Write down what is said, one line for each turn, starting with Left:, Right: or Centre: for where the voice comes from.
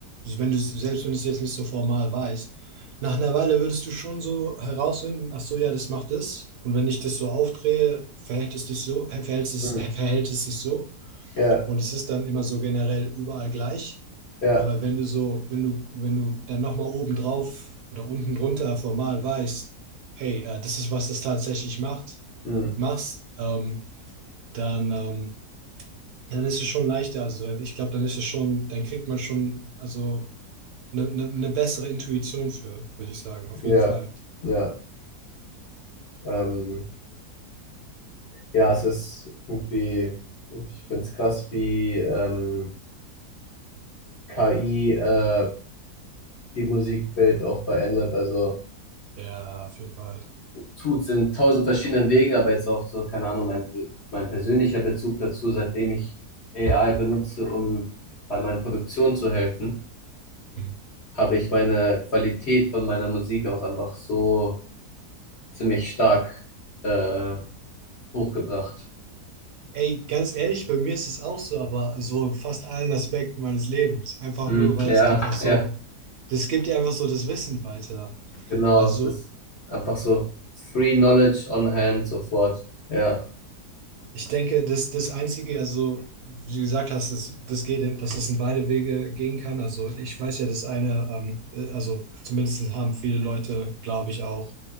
Right: wenn du, selbst wenn du es jetzt nicht so formal weißt, nach einer Weile würdest du schon so herausfinden, ach so, ja, das macht das. Und wenn ich das so aufdrehe, verhält es dich so, verhält es,
Left: Hm.
Right: verhält es sich so.
Left: Ja,
Right: Und es ist dann immer so generell überall gleich.
Left: ja.
Right: Aber wenn du so, wenn du, wenn du dann nochmal oben drauf oder unten drunter formal weißt, hey, äh, das ist, was das tatsächlich macht,
Left: Hm,
Right: machst, ähm, dann, ähm, dann ist es schon leichter. Also ich glaube, dann ist es schon, dann kriegt man schon also eine ne, ne bessere Intuition für, würde ich sagen. Auf
Left: ja,
Right: jeden Fall.
Left: ja, ähm, ja, es ist irgendwie, ich finde es krass, wie ähm, KI äh, die Musikwelt auch verändert. Also
Right: Ja, auf jeden Fall.
Left: tut's in tausend verschiedenen Wegen, aber jetzt auch so, keine Ahnung, mein, mein persönlicher Bezug dazu, seitdem ich AI benutze, um bei meinen Produktionen zu helfen,
Right: Mhm.
Left: habe ich meine Qualität von meiner Musik auch einfach so ziemlich stark äh, hochgebracht.
Right: Ey, ganz ehrlich, bei mir ist es auch so, aber so in fast allen Aspekten meines Lebens. Einfach
Left: Hm,
Right: nur, weil
Left: ja,
Right: es einfach so,
Left: ja.
Right: das gibt dir einfach so das Wissen weiter.
Left: Genau,
Right: Also
Left: es ist einfach so free knowledge on hand sofort. Ja,
Right: Ich denke, das, das Einzige, also wie du gesagt hast, das, das geht, in- dass es in beide Wege gehen kann. Also ich weiß ja, das eine, ähm, äh, also zumindest haben viele Leute, glaube ich, auch